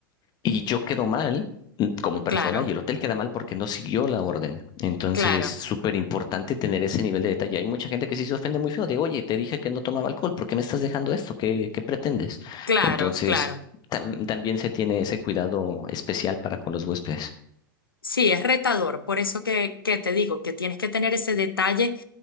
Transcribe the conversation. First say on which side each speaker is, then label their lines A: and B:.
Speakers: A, on the left; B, on the left.
A: y yo quedo mal mm, como persona
B: claro,
A: y el hotel queda mal porque no siguió la orden. Entonces,
B: claro,
A: súper importante tener ese nivel de detalle. Hay mucha gente que sí se ofende muy feo de, oye, te dije que no tomaba alcohol, ¿por qué me estás dejando esto? ¿Qué, qué pretendes?
B: claro,
A: Entonces,
B: claro.
A: tam- también se tiene ese cuidado especial para con los huéspedes.
B: Sí, es retador, por eso que, que te digo que tienes que tener ese detalle